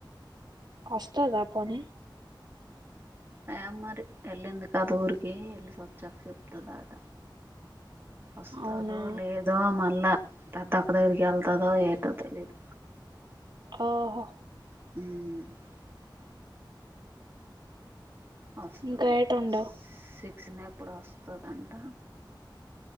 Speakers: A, on the right (about 55°); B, on the right (about 25°).
A: వస్తదా పోనీ
B: ఆ ఏం మరి ఎళ్ళంది కాద్ ఊరికి ఎళ్ ఓచ్చాక చెప్తదా అట ఓస్తాదో
A: అవునా
B: లేదో మళ్ళా పెద్దక్క దగ్గరికి వెళ్తుదో ఏటో తెలిదు
A: ఓహో
B: ఉమ్ వస్తుంది
A: ఇంకా ఏటొండవు
B: సీ సినేప్ ఎప్పుడు వస్తుందంట